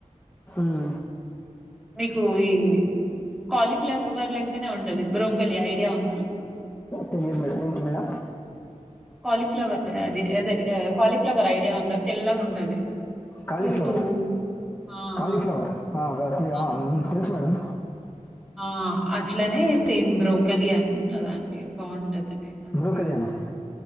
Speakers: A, on the left (about 20°); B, in the centre.
A: మ్మ్
B: మీకు ఈ కాలీఫ్లేవర్ లెక్కనే ఉంటంది బ్రోకలీ ఐడియా ఉందా
A: తెలియదు మేడం. ఏంటి మేడం?
B: కాలీఫ్లవర్ అది అదే కాలీఫ్లవర్ ఐడియా ఉందా తెల్లగా ఉంటది
A: కాలిఫ్లవర్
B: పువ్వు పువ్వు ఆ
A: కాలిఫ్లవర్తి
B: ఆ ఆ!
A: అ అ తెలుసు మేడం
B: ఆ అట్లనే సేమ్ బ్రోకలి అని ఉంటదండి బాగుం అద అదే అంది
A: బ్రోకలి అనే.